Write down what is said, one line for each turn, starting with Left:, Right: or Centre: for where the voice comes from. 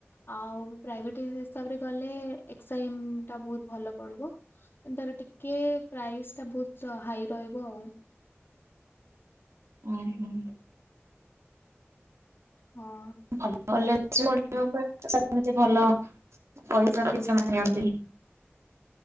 Left: ଆଉ ପ୍ରାଇଭେଟ ହିସାବରେ ଗଲେ ଏକ୍ସଆଇ ଏମ୍ ଟା ବହୁତ ଭଲ ପଢିବ ତାର ଟିକେ ପ୍ରାଇସ୍ ଟା ବହୁତ ହାଇ ରହିବ ଆଉ।
Right: ହଁ ହୁଁ
Left: ହଁ
Right: ଭଲ ଭ <inaudible> ଭଲ ପଇସା ବି ସେମାନେ ନିଅନ୍ତି।